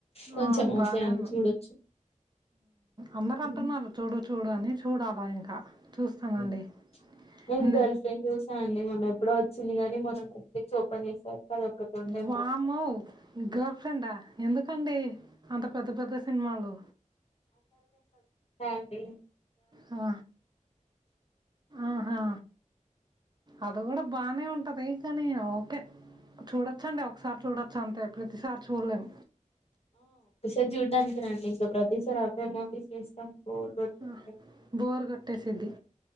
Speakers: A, on the left; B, on the right.
A: కొంచెం
B: ఆ బానే
A: ఓకే అండి
B: ఉంది
A: చూడొచ్చు
B: అందరు
A: హ్మ్.
B: అంటున్నారు చూడొ చూడని చూడాలా ఇంకా చూస్తానండి
A: హ్మ్. నేను
B: న
A: గర్ల్ ఫ్రెండ్ చూసా అండి మనం ఎప్పుడో వచ్చింది గానీ మనం కుప్పచ్చి ఓపెన్ చేసారు అది ఒక్కటి ఉండే
B: వామో
A: మూవీ
B: గర్ల్ ఫ్రెండ్డా ఎందుకండి అంత పెద్ద పెద్ద సినిమాలు
A: యాండి
B: ఆ ఆహా అది కూడా బానే ఉంటది కానీ ఓకే చూడొచ్చండి ఒకసారి చూడొచ్చ అంతే ప్రతిసారి చూడలేం
A: రేప్ చూడ్డానికి రండి ఇంకా ప్రతిసారి అవేమో అండీ చూస్తాం బోర్ కొట్టేస్తాది
B: ఉ బోర్ గొట్టేసిద్ది